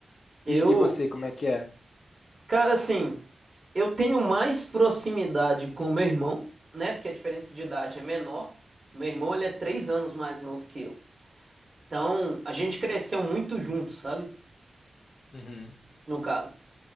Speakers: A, on the right (about 35°); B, on the left (about 65°).
A: Eu,
B: E, e você, como é que é?
A: cara, assim, eu tenho mais proximidade com meu irmão, né? Porque a diferença de idade é menor. Meu irmão, ele é três anos mais novo que eu. Então, a gente cresceu muito junto, sabe?
B: Uhum.
A: No caso.